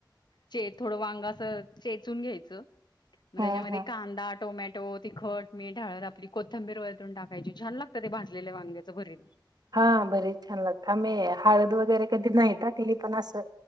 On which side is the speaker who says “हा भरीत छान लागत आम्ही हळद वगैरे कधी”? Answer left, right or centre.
Right